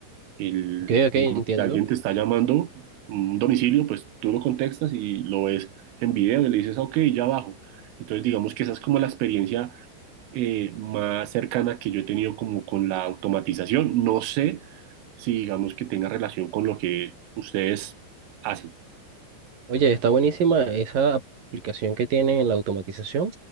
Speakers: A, on the right; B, on the right.
A: el,
B: ok, ok,
A: digamos,
B: entiendo.
A: que alguien te está llamando un domicilio, pues tú lo contestas y lo ves en video y le dices, ok, ya bajo. Entonces digamos que esa es como la experiencia eh, más cercana que yo he tenido como con la automatización. No sé si digamos que tenga relación con lo que ustedes hacen.
B: Oye, está buenísima esa aplicación que tienen en la automatización.